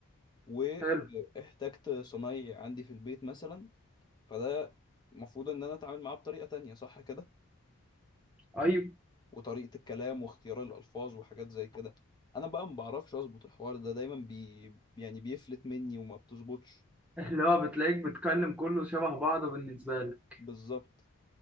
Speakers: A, on the left; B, in the centre.
A: واحتجت
B: حلو
A: صنايعي عندي في البيت مثلا فده المفروض ان انا اتعامل معاه بطريقه تانية صح كده
B: ايوه
A: وطريقة الكلام واختيار الألفاظ وحاجات زي كده أنا بقى ما بعرفش أظبط الحوار ده دايما بي يعني بيفلت مني وما بتظبطش
B: <laughs> اللي هو بتلاقيك بتكلم كله شبه بعضه بالنسبه لك
A: بالظبط